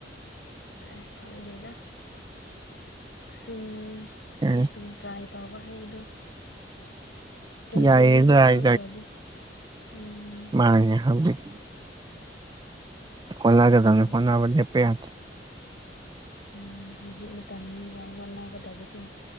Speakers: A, on the left; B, on the right.
A: ꯑ ꯈꯪꯗꯦꯗ ꯁꯨꯝ ꯁꯨꯝ
B: ꯎꯝ
A: ꯁꯨꯝ ꯇ꯭ꯔꯥꯏ ꯇꯧꯕ ꯍꯥꯏꯕꯗꯨ ꯀꯩ
B: ꯌꯥꯏꯌꯦ
A: ꯀꯩꯅꯣ ꯍꯣꯠꯅꯗ꯭ꯔꯗꯤ
B: ꯇ꯭ꯔꯥꯏ
A: ꯎꯝ
B: ꯑꯅꯦ ꯍꯧꯖꯤꯛ ꯍꯣꯠꯅꯒꯗꯝꯅꯦ
A: ꯎꯝ
B: ꯍꯣꯠꯅꯕ ꯂꯦꯞꯄ ꯌꯥꯗꯦ
A: ꯎꯝ ꯍꯧꯖꯤꯛ ꯃꯇꯝꯅꯤꯕ ꯋꯥꯠ ꯅꯥꯒꯗꯕꯁꯦ